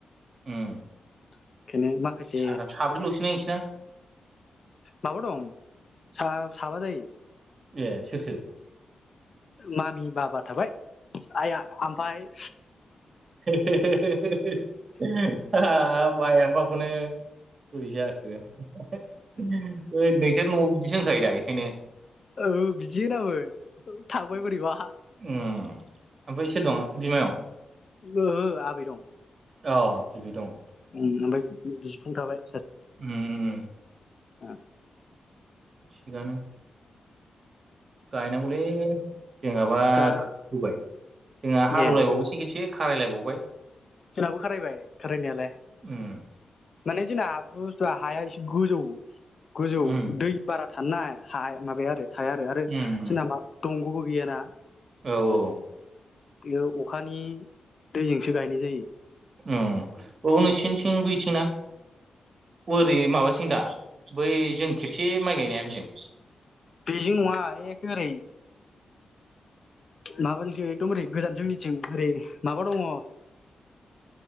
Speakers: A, on the right; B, on the left.
A: उम।
B: ओंखायनो माखासे
A: साथाम साब्रैल'सो नाय नोंसिना
B: माबा दं सा साबा जायो
A: ए सोर सोर?
B: मामि बाबा थाबाय आइ आ आमफाइ
A: हे हे हे हे हे हाब आय आफा खौनो बोरै जाखो <unintelligible> नोंसोर न'आव बिदिसो होनखायो दा बेखायनो
B: औ बिदि होनामोन थांबाय
A: ओम
B: बोरैबा
A: ओमफ्राय सोर दं बिमायं?
B: नोहो आबै दं
A: अ बिबै दं
B: ओम ओमफाय बिफुं थाबाय।
A: उम उम उम
B: आ
A: थिगानो गायनांगौलै जोंहाबा
B: दा
A: खो होबाय जोंहा हालेव
B: ए
A: लायबाव बायसो खेबसे। खाराय लायबावबाय।
B: जोंनाबो खारायबाय खारायनायालाय
A: उम
B: माने जोंना बुस्थुआ हाया से गोजौ गोजौ
A: उम
B: दै बारा थानना हा माबाया आरो थाया आरो आरो
A: उम
B: जोंना मा दंग'बो भेयेना
A: औ औ
B: इयो अखानि दैजोंसो गायनाय जायो।
A: उम औ नोंसिनिथिं बैथिंना ओरै माबाथिं दा बै जों खेबसे माइ गायनाया बेजों
B: बेजों नङा एखे ओरै माबाजोंसो एकदम ओरै गोजान जोंनिथिं ओरै माबा दङ ओ